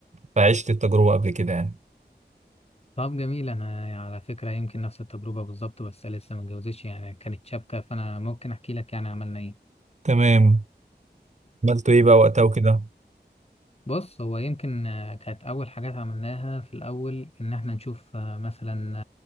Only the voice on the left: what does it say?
طب جميل أنا يعني على فكرة يمكن نفس التجربة بالظبط بس لسه ما اتجوزتش يعني كانت شابكة فأنا ممكن أحكي لك يعني عملنا إيه
بص هو يمكن آه، كانت أول حاجات عملناها في الأول إن إحنا نشوف آه، مثلا